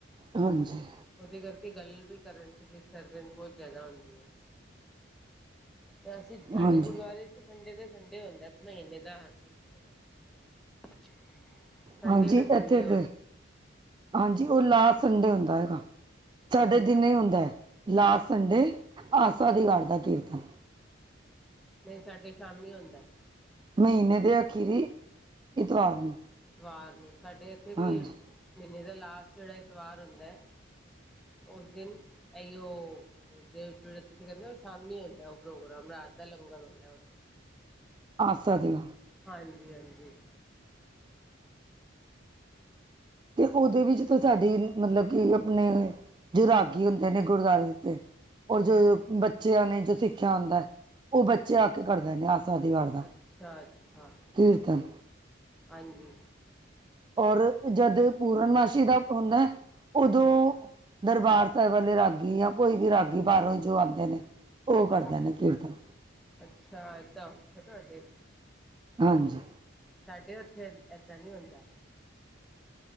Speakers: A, on the right; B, in the centre.
A: ਹਾਂਜੀ
B: ਉਹਦੇ ਕਰਕੇ ਗੱਲ ਵੀ ਕਰਨ ਚ ਡਿਸਟਰਬੈਂਸ ਬਹੁਤ ਜਿਆਦਾ ਹੁੰਦੀ ਹੈ ਤੇ ਅਸੀਂ ਸਾਡੇ
A: ਹਾਂਜੀ
B: ਗੁਰਦੁਆਰੇ ਸੰਡੇ ਦੇ ਸੰਡੇ ਹੁੰਦਾ ਮਹੀਨੇ ਦਾ ਹਰ ਸੰਡੇ ਹੋ ਜਾਂਦਾ ਨਾ ਜਿੜਾ ਸੰਡੇ
A: ਹਾਂਜੀ
B: ਤੇ ਸੰਡੇ
A: ਇੱਥੇ ਤੇ ਹਾਂਜੀ ਉਹ ਲਾਸਟ ਸੰਡੇ ਹੁੰਦਾ ਹੈਗਾ ਸਾਡੇ
B: ਹਾਂਜੀ
A: ਦਿਨ ਹੀ ਹੁੰਦਾ ਹੈ ਲਾਸਟ ਸੰਡੇ ਆਸਵਾਦੀ ਕਰਾਰ ਦਾ ਕੀਰਤਨ
B: ਨਹੀਂ ਸਾਡੇ ਸ਼ਾਮੀ ਹੁੰਦਾ
A: ਮਹੀਨੇ ਦੇ ਅਖੀਰੀ ਇਤਵਾਰ ਨੂੰ
B: ਤਵਾਰ ਨੂੰ ਸਾਡੇ ਇੱਥੇ ਵੀ
A: ਹਾਂਜੀ
B: ਮਹੀਨੇ ਦਾ ਲਾਸਟ ਜਿਹੜਾ ਇਤਵਾਰ ਹੁੰਦਾ ਹੈ ਉਸ ਦਿਨ ਇ ਉਹ ਜਿਹੜਾ ਤੁਸੀਂ ਕਹਿੰਦੇ ਹੋ ਉਹ ਸ਼ਾਮੀ ਹੁੰਦਾ ਉਹ ਪ੍ਰੋਗਰਾਮ ਰਾਤ ਦਾ ਲੰਗਰ ਹੁੰਦਾ
A: ਆ ਸਧ ਗ
B: ਹਾਂਜੀ ਹਾਂਜੀ
A: ਤੇ ਉਹਦੇ ਵਿੱਚ ਤਾਂ ਸਾਡੀ ਮਤਲਬ ਕਿ ਆਪਣੇ ਜੋ ਰਾਗੀ ਹੁੰਦੇ ਨੇ ਗੁਰਦੁਆਰੇਤੇ ਔਰ ਜੋ
B: ਹਾਂਜੀ
A: ਬੱਚਿਆਂ ਨੇ ਜੋ ਸਿੱਖਿਆ ਹੁੰਦਾ ਹੈ ਉਹ ਬੱਚੇ ਆ ਕੇ ਕਰ ਦਦੇ ਆਸ ਆਦੀ ਵਾਰ ਦਾ
B: ਅੱਛਾ-ਅੱਛਾ
A: ਕੀਰਤਨ
B: ਹਾਂਜੀ
A: ਔਰ ਜਦ ਪੂਰਨਮਾਸ਼ੀ ਦਾ ਹੁੰਦਾ ਹੈ ਉਦੋਂ
B: ਹੂੰ
A: ਦਰਬਾਰ ਸਾਹਿਬ ਵਾਲੇ ਰਾਗੀ ਯਾ ਕੋਈ ਵੀ ਰਾਗੀ ਬਾਹਰੋਂ ਹੀ ਜੋ ਆਂਦੇ ਨੇ ਉਹ ਕਰਦੇ
B: ਹਾਂਜੀ,
A: ਨੇ ਕੀਰਤਨ
B: ਅੱਛਾ ਏਦਾਂ ਹੁੰਦਾ ਤੁਹਾਡੇਥ।
A: ਹਾਂਜੀ
B: ਸਾਡੇ ਉੱਥੇ ਇਏਦਾਂ ਨਹੀਂ ਹੁੰਦਾ।